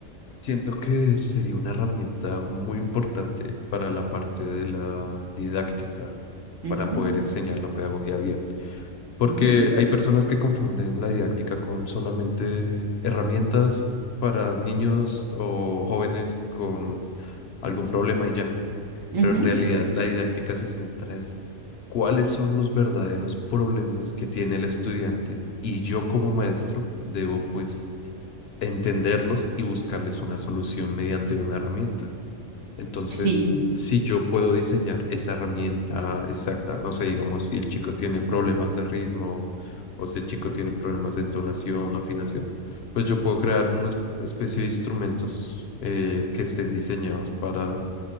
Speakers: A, on the left; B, on the right.
A: siento que sería una herramienta muy importante para la parte de la didáctica,
B: Ujú,
A: para poder enseñar la pedagogía bien. Porque
B: ujú,
A: hay personas que confunden la didáctica con solamente herramientas para niños o jóvenes con algún problema y ya.
B: ujú.
A: Pero en realidad la didáctica se centra es cuáles son los verdaderos problemas que tiene el estudiante y yo como maestro debo pues entenderlos y buscarles una solución mediante una herramienta. Entonces,
B: Sí.
A: si yo puedo diseñar esa herramienta exacta, no sé, digamos, si el chico tiene problemas de ritmo o si el chico tiene problemas de entonación o afinación, pues yo puedo crear una especie de instrumentos eh, que estén diseñados para